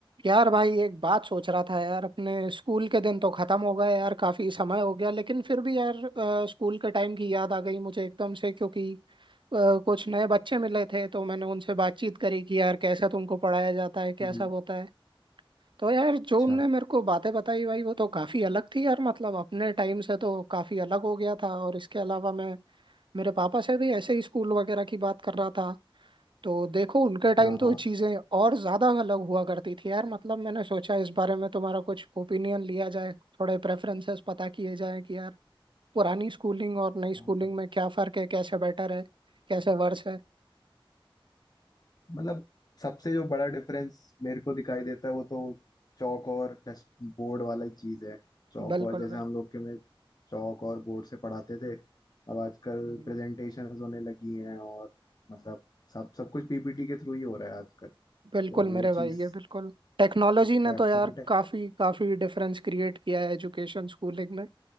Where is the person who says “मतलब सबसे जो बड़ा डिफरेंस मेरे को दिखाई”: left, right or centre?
Left